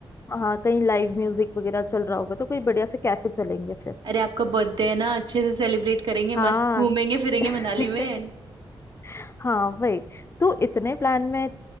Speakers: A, on the left (about 30°); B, on the right (about 60°).
A: हाँ कहीं लाइव म्यूजिक वगैरह चल रहा होगा तो कोई बढ़िया से कैफे चलेंगे फिर
B: अरे आपका बर्थडे है ना अच्छे से सेलिब्रेट करेंगे
A: हाँ
B: मस्त घूमेंगे फिरेंगे
A: <laughs>
B: मनाली में
A: हाँ वही तो इतने प्लान में